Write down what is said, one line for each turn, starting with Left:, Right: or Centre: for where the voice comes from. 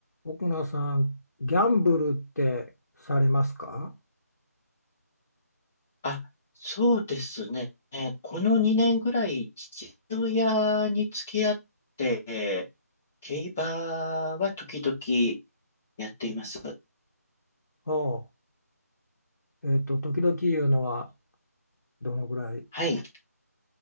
Left: 奥名さん、ギャンブルってされますか
Centre: あ、そうですね。この2年ぐらい、父親に付き合って、競馬は時々やっています。
Left: おう、えっと、時々言うのはどのぐらい
Centre: はい。